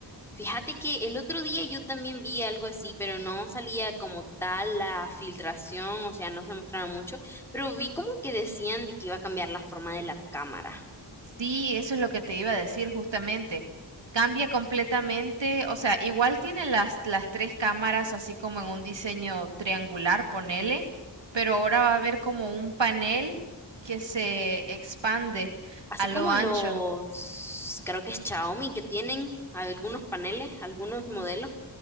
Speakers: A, in the centre; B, on the right.
A: Fíjate que el otro día yo también vi algo así, pero no salía como tal la filtración, o sea, no se mostraba mucho, pero vi como que decían de que iba a cambiar la forma de la cámara.
B: Sí, eso es lo que te iba a decir justamente. Cambia completamente, o sea, igual tiene las, las tres cámaras así como en un diseño triangular, ponele, pero ahora va a haber como un panel que se expande
A: Así
B: a lo
A: como
B: ancho.
A: los, creo que es Xiaomi, que tienen algunos paneles, algunos modelos.